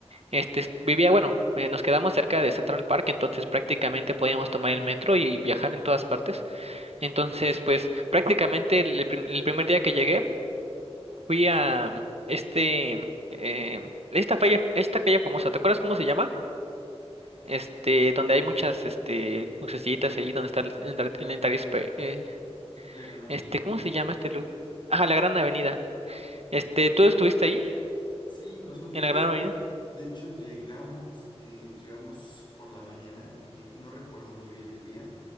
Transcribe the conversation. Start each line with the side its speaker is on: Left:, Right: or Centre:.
Right: Este, es- vivía, bueno, eh, nos quedamos cerca de Central Park, entonces prácticamente podíamos tomar el metro y viajar en todas partes. Entonces, pues prácticamente el, el prim- el primer día que llegué fui a mm, este, eh, esta calle, esta calle famosa, ¿te acuerdas cómo se llama?
Left: ¿En
Right: Este, donde hay muchas, este, lucecitas ahí, donde está el, Entar- el Entire Spa- eh,
Left: la Gran Avenida?
Right: este, ¿cómo se llama este lugar? Ah, la Gran Avenida. Este, ¿tú estuviste ahí?
Left: Sí, nosotros
Right: ¿En la Gran Avenida?
Left: de hecho llegamos, eh, llegamos por la mañana, eh, no recuerdo muy bien el día,